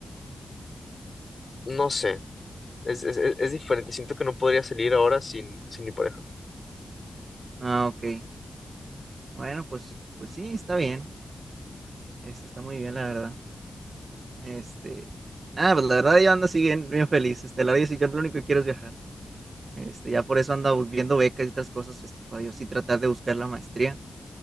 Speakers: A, on the left; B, on the right.
A: no sé, es, es, es es diferente, siento que no podría salir ahora sin, sin mi pareja.
B: Ah, ok, bueno, pues, pues sí, está bien, este, está muy bien, la verdad, este, nada, pues la verdad yo ando así bien, bien feliz, este, la verdad, yo sí- yo lo único que quiero es viajar. Este, ya por eso anda viendo becas y otras cosas, este, para yo sí tratar de buscar la maestría,